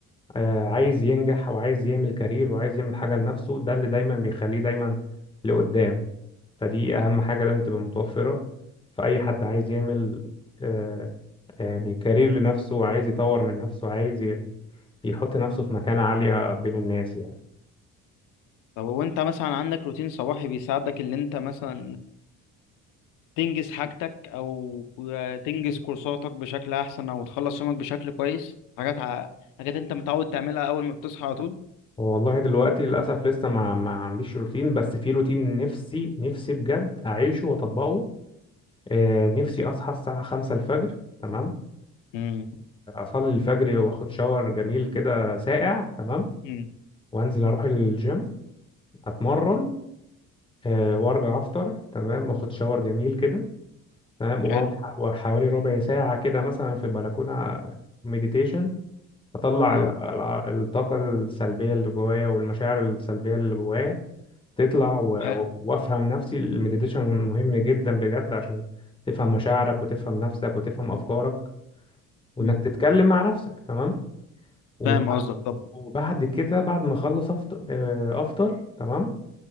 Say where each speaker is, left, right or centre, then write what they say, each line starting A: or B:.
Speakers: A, on the left (about 15°); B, on the left (about 85°).
A: آه، عايز ينجح وعايز يعمل كارير وعايز يعمل حاجة لنفسه ده اللي دايما بيخليه دايما لقدام فدي أهم حاجة لازم تبقى متوفرة في أي حد عايز يعمل آه، يعني كارير لنفسه وعايز يطور من نفسه وعايز ي- يحط نفسه في مكانة عالية بين الناس يعني
B: طب وانت مثلا عندك روتين صباحي بيساعدك ان انت مثلا تنجز حاجتك او تنجز كورساتك بشكل احسن او تخلص يومك بشكل كويس حاجات ع... حاجات انت متعود تعملها اول ما بتصحى على طول
A: هو والله دلوقتي للأسف لسه ما, ما عنديش روتين بس في روتين نفسي نفسي بجد أعيشه وأطبقه آه نفسي أصحى الساعة خمسة الفجر تمام
B: امم
A: أصلي الفجر وآخد شاور جميل كده ساقع تمام
B: مم.
A: وأنزل أروح الجيم أتمرن آه وأرجع أفطر تمام وآخد شاور جميل كده تمام وأقعد
B: حلو
A: ح- حوالي ربع ساعة كده مثلا في البلكونة مديتيشن أطلع
B: اه
A: ال- ال- الطاقة السلبية اللي جوايا والمشاعر السلبية اللي جوايا تطلع و-
B: حلو
A: وافهم نفسي المديتيشن مهم جدا بجد عشان تفهم مشاعرك وتفهم نفسك وتفهم افكارك وانك
B: مم.
A: تتكلم مع نفسك تمام وبعد
B: فاهم قصدك طب
A: وبعد كده بعد ما اخلص افطر آه، افطر تمام